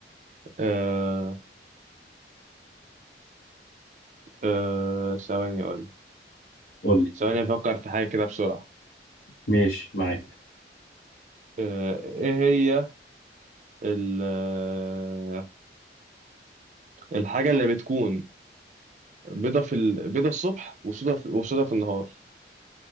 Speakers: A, on the right; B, on the left.
A: آه آه ثواني أقول
B: قول لي
A: ثواني أفكر في حاجة كده بسرعة
B: ماشي معاك
A: آه إيه هي ال- آه، الحاجة اللي بتكون بيضة في ال... بيضة الصبح وسودة في... وسودة في النهار